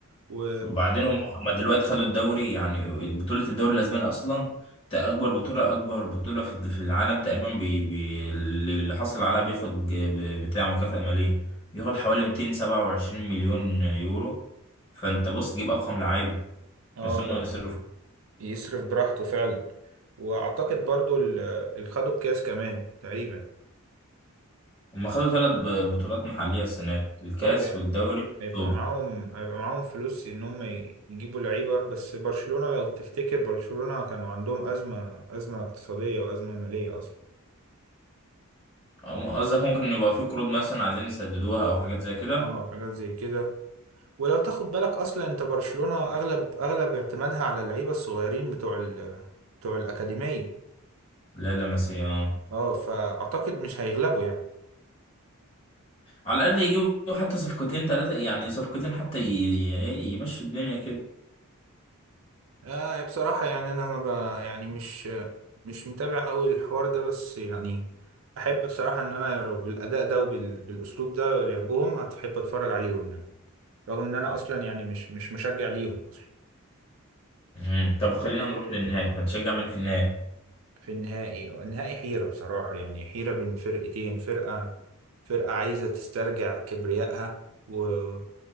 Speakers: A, on the right; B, on the left.
A: و...
B: وبعدين هم هم دلوقتي خدوا الدوري يعني بطولة الدوري الاسباني اصلا تا- اكبر بطولة اكبر بطولة في في العالم تقريبا بي بي اللي حصل عليها بياخد ج- ب- بتاع مكافأة مالية بياخد حوالي 227 مليون يورو فانت بص تجيب افخم لعيب
A: اه
B: بس هم
A: ده
B: يصرفوا
A: يصرف براحته فعلا واعتقد برضو ال- اللي خدوا الكاس كمان تقريبا
B: هم خدوا ثلاث ب- بطولات محلية السنة دي الكاس
A: طب يعني
B: والدوري
A: هيبقى
B: والسوبر
A: معاهم هيبقى معاهم فلوس ان هم ي- يجيبوا لعيبه بس برشلونه لو تفتكر برشلونه كانوا عندهم ازمه ازمه اقتصاديه وازمه ماليه اصلا
B: أم- قصدك ممكن يبقى في قروض مثلا عايزين يسددوها أو حاجات زي كده
A: اه حاجات زي كده ولو تاخد بالك اصلا انت برشلونه اغلب اغلب اعتمادها على اللعيبه الصغيرين بتوع ال... بتوع الاكاديميه
B: لا لا مسيا اه
A: اه فاعتقد مش هيغلبوا يعني
B: على الأقل يجيبوا حتى صفقتين ثلاثة يعني صفقتين حتى ي... ي... يمشوا الدنيا كده
A: آه بصراحة يعني أنا ما ب... يعني مش مش متابع أوي الحوار ده بس يعني أحب بصراحة إن أنا لو بالأداء ده وبال... بالأسلوب ده لعبهم هتحب أتفرج عليهم يعني رغم إن أنا أصلا يعني مش مش مشجع ليهم أصلا
B: مم. طب خلينا نروح للنهائي هتشجع مين في النهائي؟
A: في النهائي النهائي حيرة بصراحة يعني حيرة بين فرقتين فرقة فرقة عايزة تسترجع كبريائها و...